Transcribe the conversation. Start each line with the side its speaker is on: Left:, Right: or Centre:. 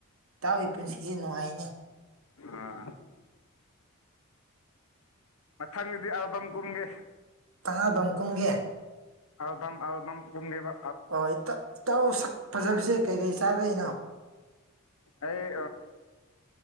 Right: ꯏ ꯇꯥꯎꯋ ꯄꯨꯟꯁꯤꯁꯦ ꯅꯨꯡꯉꯥꯏꯅꯦ
Left: ꯑꯥ ꯃꯊꯪ ꯑꯗꯨꯗꯤ ꯑꯕꯝ ꯀꯨꯝꯒꯦ
Right: ꯇꯉꯥ ꯝꯀꯨꯝꯒꯦ
Left: ꯑꯗꯨꯜꯗꯝ ꯑꯜꯕꯝ ꯀꯨꯝꯗꯦꯕ
Right: ꯑꯣ ꯏꯇꯥꯎ ꯁꯛ ꯐꯖꯕꯁꯦ ꯀꯩꯀꯩ ꯆꯥꯗꯩꯅꯣ
Left: ꯑꯩ